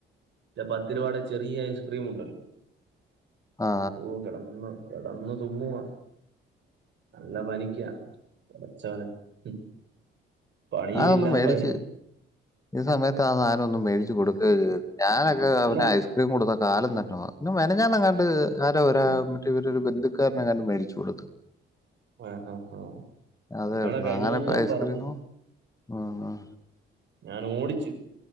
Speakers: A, on the right; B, on the left.
A: ഇല്ല പത്ത് രൂപയുടെ ചെറിയ ഐസ്ക്രീം ഉണ്ടല്ലോ
B: ആ,
A: ഓ കെടന്ന് കെടന്നു തുമ്മുവാ നല്ല പനിക്കാ പടച്ചവനെ ഉം പണിയു
B: ഞാനൊന്ന്
A: ഇല്ലാ
B: മേടിച്ച്
A: പൈ
B: ഈ സമയത്ത് ആ സാനം ഒന്നും മേടിച്ചു കൊടുക്കര്ത് ഞാനൊക്കെ അവന്
A: അല്ല
B: ഐസ്ക്രീം കൊടുത്ത കാലം തന്നെ മ മെനഞാന്നങ്ങാണ്ട് ആരൊ ഒരാ മറ്റേ ഇവരെ ഒരു ബന്ധുക്കാരനങ്ങാണ്ട് മേടിച്ചു കൊടുത്ത്
A: ആ ആ ആ
B: അതേ
A: എന്നോട
B: ഉള്ളു
A: കഴിഞ്ഞ
B: അങ്ങനെ
A: ദിവസവും
B: ഇപ്പൊ ഐസ്ക്രീമോ
A: പറഞ്
B: ഉം.
A: ഞാന് ഓടിച്